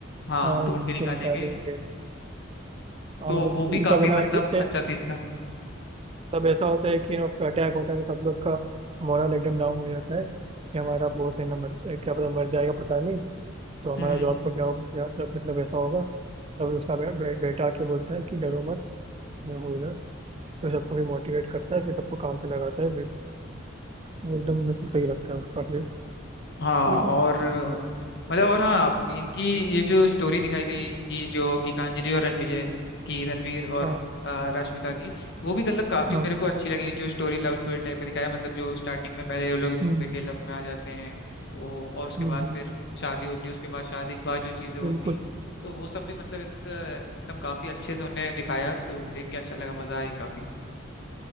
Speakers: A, on the left (about 60°); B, on the right (about 30°).
A: हाँ
B: हाँ
A: ढूंढ
B: ढूंढ
A: के निकालेंगे
B: के निकालेंगे हाँ
A: तो
B: मतलब
A: वो भी काफी
B: तब है ना
A: मतलब
B: ए- ए-
A: अच्छा सीन था
B: तब ऐसा होता है कि ना उस पर अटैक होता है तो सब लोग का मोरल एकदम डाउन हो जाता है कि हमारा बॉस है ना मर ए, क्या पता मर जाएगा पता नहीं तो हमारा
A: हम्म
B: जॉब को क्या हो क्या सब मतलब ऐसा होगा तब उसका बे, बे, बेटा आके बोलता है कि डरो मत मैं हूँ इधर तो सबको फिर मोटिवेट करता है फिर सबको काम पे लगाता है फिर वो एकदम मेरे को सही लगता है उसका फिर
A: हाँ
B: लेकिन
A: और अ, मतलब और हाँ इनकी ये जो स्टोरी दिखाई गई इनकी जो गीतांजलि और रणविजय की रणवीर और
B: हाँ
A: अ, रश्मिका की वो भी मतलब काफी
B: हाँ
A: मेरे को अच्छी लगी जो स्टोरी लव स्टोरी टाइप का दिखाया मतलब जो स्टार्टिंग में पहले वो लोग एक
B: हम्म
A: दूसरे के लव में आ जाते हैं वो और उसके
B: हम्म
A: बाद
B: हम्म,
A: फिर शादी होती है उसके बाद शादी के बाद जो चीजें होती
B: बिल्कुल
A: हैं तो वो सब भी मतलब एक अ, एकदम काफी अच्छे से उन्हें दिखाया तो देख के अच्छा लगा मजा आई काफी